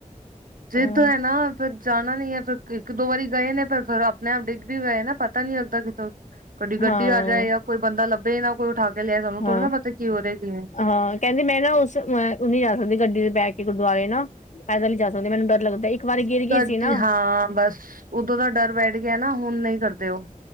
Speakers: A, on the right; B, on the left.
A: ਜਿੱਦ
B: ਹਾਂ
A: ਏ ਨਾ ਫਿਰ ਜਾਣਾ ਨਈ ਐ ਫਿਰ ਇੱਕ-ਦੋ ਵਾਰੀ ਗਏ ਨੇ ਪਰ ਫਿਰ ਆਪਣੇ ਆਪ ਡਿੱਗ ਵੀ ਗਏ ਨਾ ਪਤਾ ਨੀ ਲੱਗਦਾ ਕਿਤੋਂ ਵੱਡੀ ਗੱਡੀ
B: ਹਾਂ
A: ਆ ਜਾਏ ਜਾਂ ਕੋਈ ਬੰਦਾ ਲੱਭੇ ਨਾ ਕੋਈ ਉਠਾ ਕੇ ਲਿਆਏ ਸਾਨੂੰ ਥੋੜੀ
B: ਹਾਂ
A: ਨਾ ਪਤਾ ਕੀ ਹੋ ਰੇਆ ਕਿ ਨਈ।
B: ਹਾਂ ਕਹਿੰਦੀ ਮੈਂ ਨਾ ਓਸ ਉਣ ਨੀ ਆ ਸਕਦੀ ਗੱਡੀ 'ਤੇ ਬਹਿ ਕੇ ਗੁਰਦੁਆਰੇ ਨਾ। ਪੈਦਲ ਨੀ ਜਾ ਸਕਦੇ ਮੈਨੂੰ ਡਰ ਲੱਗਦਾ ਇੱਕ ਵਾਰੀ ਗਿਰ ਗਈ
A: ਘੱਟ
B: ਸੀ
A: ਈ
B: ਨਾ
A: ਹਾਂ ਬਸ ਉਦੋਂ ਦਾ ਡਰ ਬੈ ਉਹੀ ਨਾ ਹੁਣ ਨਹੀਂ ਕਰਦੇ ਉਹ।